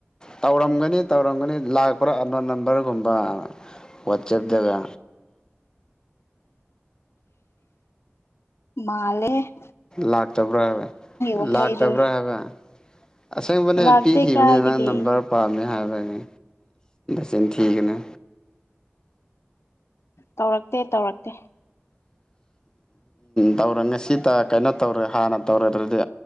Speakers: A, on the left; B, on the left.
A: ꯇꯧꯔꯝꯒꯅꯤ ꯇꯧꯔꯝꯒꯅꯤ ꯂꯥꯛꯄ꯭ꯔꯥꯅ ꯔꯒꯨꯝꯕ ꯋꯥꯆꯞꯇꯒ
B: ꯃꯥꯂꯦ
A: ꯂꯥꯛ ꯇꯕ꯭ꯔꯕꯦ
B: ꯋꯥꯍꯩꯗꯣ
A: ꯂꯥꯛ ꯇꯕ꯭ꯔ ꯍꯕꯦ ꯑꯁꯪꯕꯅꯦ
B: ꯂꯥꯛꯇꯦ
A: ꯄꯤꯈꯤꯕꯅꯤ
B: ꯀꯥꯏꯗꯒꯤ
A: ꯅꯪ ꯅꯝꯕꯔ ꯄꯥꯝꯃꯦ ꯍꯥꯏꯕꯅꯤ ꯁꯦꯡꯅꯤ ꯊꯤꯀꯅꯦ
B: ꯇꯧꯔꯛꯇꯦ ꯇꯧꯔꯛꯇꯦ
A: ꯇꯧꯔꯒꯁꯤꯠ ꯇ ꯀꯩꯅꯣ ꯇꯧꯔꯦ ꯍꯥꯟꯅ ꯇꯧꯔꯦꯗ꯭ꯔꯗꯤ